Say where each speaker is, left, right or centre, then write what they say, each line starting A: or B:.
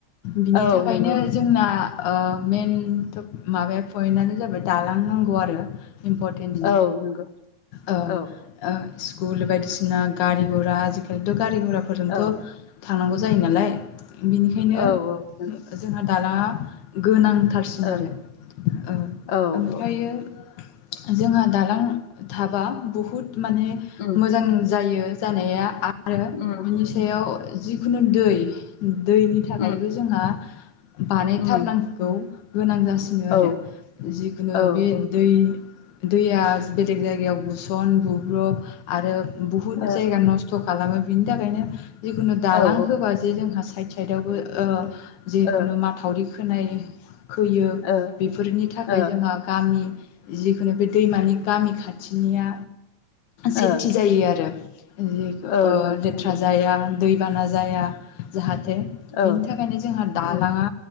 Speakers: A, on the left; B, on the left.
A: बिनि
B: औ
A: थाखायनो
B: नंगौ नोंथां
A: जोंना ओ। मेन थ' माबाया पइन्टानो जाबाय दालांनांगौ आरो इम्प'टेन्ट
B: औ नंगौ
A: ओ ओ।
B: औ
A: स्कुल बायदिसिना गारि गरा फोरथ'गा गारि गराफोरजोंथ'
B: औ
A: थांनांगौ जायो नालाय। बिनिखायनो
B: औ औ नंगौ
A: जोंहा दालाङा गोनां थारसिन
B: औ
A: आरोओमफ्रायो
B: औ औ
A: जोंहा दालां थाबा बहुद माने
B: उम
A: मोजां जायो। जानाया आरो
B: उम
A: बिनि सायाव जिखुनु दै दैनि थाखायबो
B: उम
A: जोंहा बानायथारनांगौ
B: उम
A: गोनां जासिनो
B: औ
A: आरो जिखुनु
B: औ
A: बे
B: ओ
A: दै दैया बेलेग जायगायाव बुसन बुब्रब आरो बहुत
B: औ
A: जायगा नस खालामो बिनि थाखायनो जिखुनु दालां
B: औ ओ
A: होबा जे जोंहा साइखेल <unintelligible> जिखुनु
B: ओ
A: माथावरि खोनायो खोयो
B: ओ
A: बेफोरनि थाखाय
B: ओ
A: जोंहा गामि जिखुनु बे दैमानि गामि खाथिनिया सेफथि
B: ओं
A: जायो आरो <unintelligible>
B: ओं
A: ओ जेथ्रा
B: नंगौ
A: जाया दैबाना जाया थे
B: औ
A: बिनि थाखायनो जोंहा दालाङा
B: उम